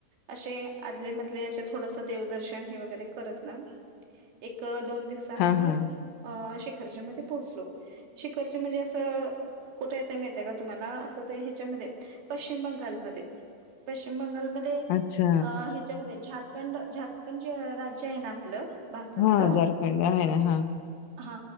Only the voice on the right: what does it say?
असे आदले मधले अशे थोडसा देवदर्शन हे वगैरे करत ना. एक दोन दिवस ताना
आम्ही
अ शिखर्जी मध्ये पोहोचलो शिखर्जी म्हणजे असं कुठे येतय माहिती का तुम्हाला असं ते ह्याच्यामध्ये पश्चिम बंगालमध्ये पश्चिम बंगालम ध्ये
अ ह्याच्यामध्ये झारखंड झारखंड जे राज्य आहे ना आपलं भारतातलं
हा